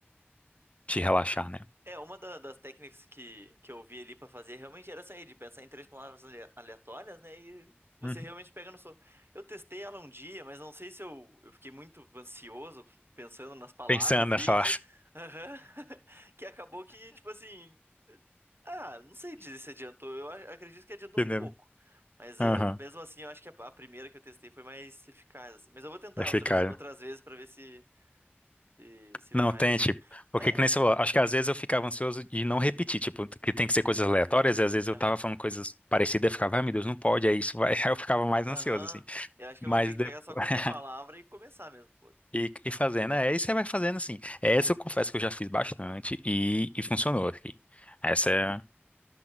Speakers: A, on the left; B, on the right.
A: te relaxar, né?
B: É, uma da- das técnicas que, que eu vi ali pra fazer realmente era essa aí, de pensar em três palavras ale- aleatórias, né? E você
A: Uhum.
B: realmente pega no sono. Eu testei ela um dia, mas não sei se eu, eu fiquei muito ansioso f- pensando nas palavras
A: Pensando
B: ali
A: nessa.
B: que, Aham. <laughs> que acabou que, tipo assim, ah, não sei dizer se adiantou. Eu a- acredito que adiantou
A: <laughs> Entendendo?
B: um pouco. Mas
A: Aham.
B: ah, mesmo assim, eu acho que a, a primeira que eu testei foi mais eficaz, assim. Mas eu vou tentar
A: Achei,
B: outras,
A: cara.
B: outras vezes pra ver se, se, se
A: Não,
B: vai,
A: tem,
B: assim.
A: tipo. Porque
B: É,
A: que nem
B: é...
A: você falou, acho que às vezes eu ficava ansioso de não repetir, tipo, que tem
B: Uhum,
A: que ser coisas aleatórias, e às vezes eu
B: aham.
A: tava falando coisas parecidas, eu ficava, ai meu Deus, não pode, é isso, vai. <laughs> Aí eu ficava mais ansioso,
B: Aham.
A: assim.
B: Eu acho
A: Mas
B: que eu vou ter que
A: depois.
B: pegar só
A: <laughs>
B: qualquer palavra e começar mesmo. Pô.
A: E, e fazendo, é, e você vai fazendo assim. Essa eu confesso que eu já fiz bastante e, e funcionou aqui. Essa é,